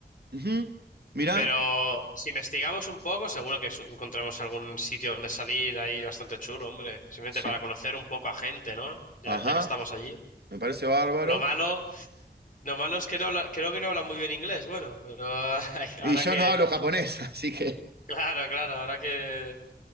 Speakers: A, on the right; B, on the left.
A: Ujú. Mirá.
B: Pero si investigamos un poco, seguro que su- encontramos algún sitio donde salir ahí bastante chulo, hombre. Simplemente
A: Sí.
B: para conocer un poco a gente, ¿no? Ya,
A: Ajá.
B: ya que estamos allí.
A: Me parece bárbaro.
B: Lo malo. Lo malo es que no habla- creo que no habla muy bien inglés, bueno, pero <laughs> ay, ahora
A: Y yo
B: que,
A: no hablo japonés, <laughs> así que.
B: claro, claro, ahora que